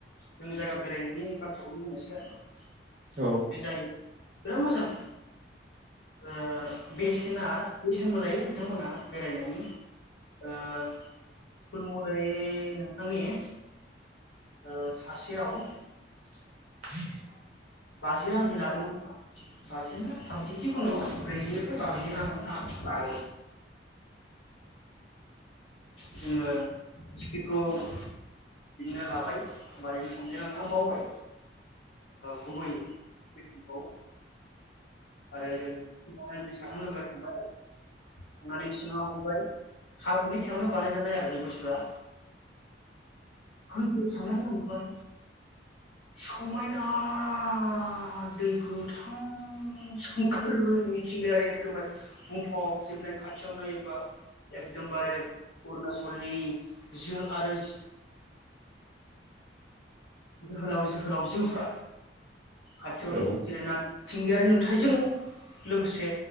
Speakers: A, on the left; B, on the right.
A: जों जायगा बेरायनायनि बाथ्राखौनो बुंनोसै आरो ना
B: औ
A: बे जायगाया बिराद मोजां दा बेसेना बे बो लायो बिथांमोनहा बेरायनायनि ओ थुल मरै <unintelligible> ओ सासेयाव
B: <inaudible>
A: बाजि रांहै लादोंमोन खोमा बाजि ना थामजि जिखुनु <unintelligible> बेनिफ्राय जोङो टिकेटखौ बिदिनो लाबाय <unintelligible> आं बावबाय गुबै <unintelligible> औ आरो जों जों साथाम लोगोआ थांबाय आरो थांनानै सिङाव हाबहैबाय हानि सायावनो बानायजानाय आरो बे बुस्थुआ गोजौआव थांनानै नागिरबाय समायना आरो दै गोथां सोमखोर मिथिंगायारि एखदम बुंफबजोबनाय खाथियाव नायोबा एकदमबारे अरुनाचलनि जो आरो जोहोलाव जोहोलावजोफ्रा खाथियाव
B: औ
A: जेरायना मिथिंगायारि नुथाइजों लोगोसे